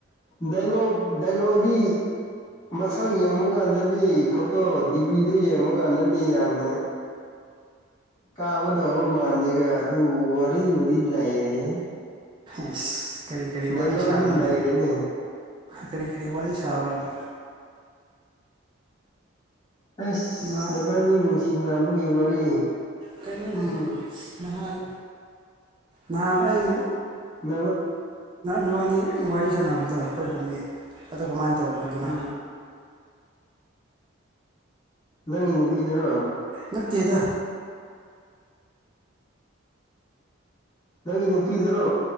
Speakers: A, on the left; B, on the right.
A: ꯗꯥꯏꯂꯣꯛ ꯗꯥꯏꯀꯣꯛꯇꯤ ꯃꯁꯛ ꯌꯦꯡꯕ ꯀꯥꯟꯗꯗꯤ ꯐꯣꯇꯣ ꯗꯤꯄꯤꯗꯨ ꯌꯦꯡꯕ ꯀꯥꯟꯗꯗꯤ ꯌꯥꯝꯅ ꯀꯥꯎꯒꯗꯕ ꯃꯥꯟꯗꯦꯒ ꯑꯗꯨ ꯋꯥꯔꯤꯕꯨꯗꯤ ꯅꯩꯔꯦꯍꯦ꯫
B: ꯏꯁ ꯀꯔꯤ ꯀꯔꯤ
A: ꯗꯥꯏꯂꯣꯛꯗꯤ
B: ꯋꯥꯔꯤ ꯁꯥꯕ꯭ꯔꯥꯅꯦ꯫
A: ꯅꯩꯔꯦꯅꯦ
B: ꯀꯔꯤ ꯀꯔꯤ ꯋꯥꯔꯤ ꯁꯥꯕꯔꯕ꯫
A: ꯑꯩꯁ
B: ꯏꯃꯥ
A: ꯅꯕꯅꯤ ꯅꯨꯡꯁꯤꯅꯕꯒꯤ ꯋꯥꯔꯤ꯫
B: ꯀꯩꯅꯣꯅꯦ
A: ꯎꯝ
B: ꯅꯍꯥꯟ ꯅꯍꯥꯟ ꯑꯩ
A: <unintelligible>
B: ꯅꯕꯅꯤ ꯋꯥꯔꯤ ꯁꯥꯟꯅꯕꯗꯣ ꯑꯩꯈꯣꯏ ꯈꯨꯟꯒꯤ ꯑꯗꯣ ꯀꯃꯥꯏꯟ ꯇꯧꯕ ꯑꯗꯨꯅ꯫
A: ꯎꯝ ꯅꯪꯒꯤ ꯅꯨꯄꯤꯗꯨꯔꯣ꯫
B: ꯅꯠꯇꯦꯗ꯫
A: ꯅꯪꯒꯤ ꯅꯨꯄꯤꯗꯨꯔꯣ꯫